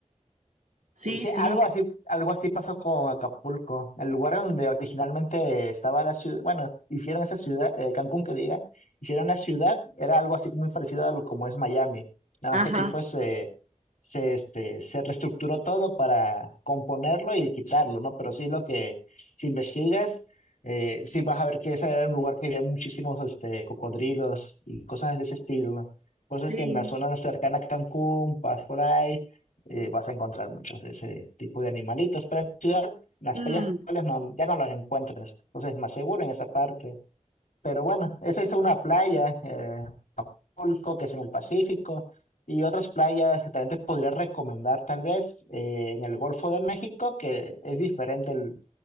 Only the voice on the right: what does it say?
Sí,
sí,
ajá,
sí.
mm.